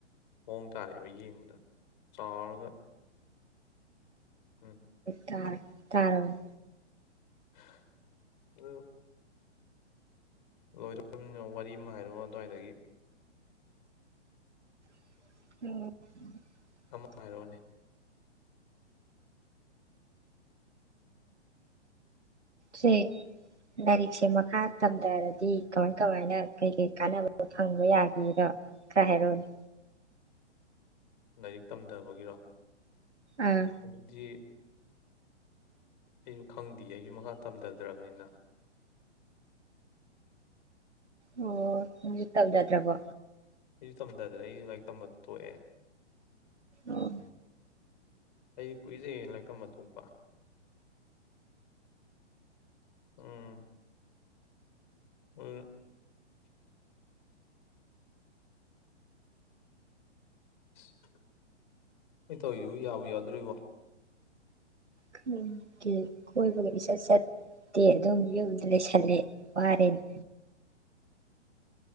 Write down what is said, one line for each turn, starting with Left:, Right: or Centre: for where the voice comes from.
Left: ꯃꯑꯣꯡ ꯇꯥꯔꯦꯕ ꯌꯦꯡꯕꯗ ꯆꯥꯎꯔꯒ ꯎꯪ
Right: ꯇꯥꯔ ꯇꯥꯔꯕꯣ
Left: <unintelligible> ꯂꯣꯏꯔꯕꯅꯤꯅ ꯋꯥꯔꯤ ꯑꯃ ꯍꯥꯏꯔꯛ ꯑꯣ ꯑꯗꯥꯏꯗꯒꯤ
Right: <inaudible>
Left: ꯍꯥꯏꯔꯛ ꯑꯣꯅꯦ
Right: ꯑꯩ ꯂꯥꯏꯔꯤꯛꯁꯦ ꯃꯈꯥ ꯇꯝꯊꯔꯗꯤ ꯀꯃꯥꯏ ꯀꯃꯥꯏꯅ ꯀꯩ ꯀꯩ ꯀꯥꯟꯅꯕꯣ ꯐꯪꯕ ꯌꯥꯒꯦꯔ ꯈꯔ ꯍꯥꯏꯔꯛꯑꯣꯅꯦ
Left: ꯂꯥꯏꯔꯤꯛ ꯇꯝꯗꯕꯒꯤꯔꯣ
Right: ꯑꯥ
Left: ꯑꯗꯨꯗꯤ ꯑꯩꯁꯨ ꯈꯪꯗꯦ ꯑꯩꯁꯨ ꯃꯈꯥ ꯇꯝꯊꯗ꯭ꯔꯕꯅꯤꯅ
Right: ꯑꯣ ꯅꯪꯖꯨ ꯇꯝꯗꯗ꯭ꯔꯕꯣ
Left: ꯑꯩꯁꯨ ꯇꯝꯗꯗ꯭ꯔꯦ ꯑꯩꯁꯨ ꯂꯥꯏꯔꯤꯛ ꯇꯝꯕ ꯇꯣꯛ ꯑ
Right: ꯑꯣ
Left: ꯐꯩ ꯀꯨꯏꯔꯦ ꯀꯧꯅꯣ ꯂꯥꯏꯔꯤꯛ ꯇꯝꯕ ꯇꯣꯛꯄ ꯎꯝ꯫ ꯎꯝ꯫ ꯑꯩꯈꯣꯏ ꯇꯧꯔꯤꯁꯤꯕꯨ ꯌꯥꯕꯨ ꯌꯥꯗꯧꯔꯤꯕꯣ
Right: ꯈꯪꯗꯦ ꯀꯣꯏꯕꯒ ꯏꯆꯠ ꯆꯠꯇꯦ ꯑꯗꯨꯝ ꯌꯨꯝꯗ ꯂꯩꯁꯟꯂꯦ ꯋꯥꯔꯦꯅꯦ